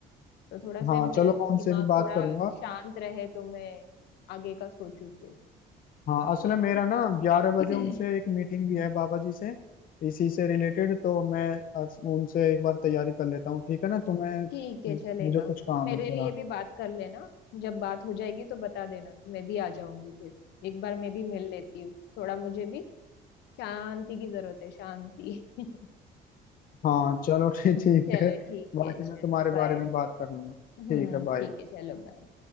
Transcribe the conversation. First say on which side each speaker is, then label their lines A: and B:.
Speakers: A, on the left (about 80°); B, on the left (about 55°).
A: तो थोड़ा से
B: हाँ
A: मेरा
B: चलो मैं
A: दिमाग
B: उनसे भी बात
A: थोड़ा
B: करूंगा
A: शांत रहे तो मैं आगे का सोचूं फिर
B: हाँ असल में मेरा
A: ठीक
B: ना ग्यारह बजे
A: <clears throat>
B: उनसे एक मीटिंग भी है बाबा जी से इसी से रिलेटेड तो मैं अस- उनसे एक बार तैयारी कर लेता हूँ ठीक है ना तुम्हें
A: ठीक है चलेगा
B: मुझे कुछ काम
A: मेरे
B: है थोड़ा
A: लिए भी बात कर लेना जब बात हो जाएगी तो बता देना तो मैं भी आ जाऊंगी फिर एक बार मैं भी मिल लेती हूँ थोड़ा मुझे भी शांति की जरूरत है शांति <laughs>
B: हाँ चलो <laughs> ठीक ठीक
A: चलो
B: है
A: ठीक
B: बाकी
A: है चलो
B: मैं तुम्हारे
A: बाय
B: बारे में बात कर लूंगा
A: हम्म
B: ठीक है
A: ठीक
B: बाय
A: है चलो बाय